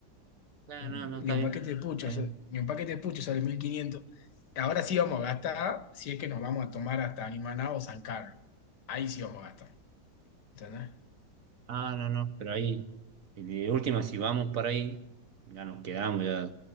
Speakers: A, on the right; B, on the left.
A: Ah,
B: Mm,
A: no, no, está
B: Ni un
A: bien.
B: paquete de pucho
A: Está bien.
B: ni un paquete de pucho sale mil quinientos Ahora sí vamos a gastar, si es que nos vamos a tomar hasta Animaná o San Carlos. Ahí sí vamos a gastar, ¿entendés?
A: Ah, no, no, pero ahí, de última, si vamos para ahí, ya nos quedamos, ya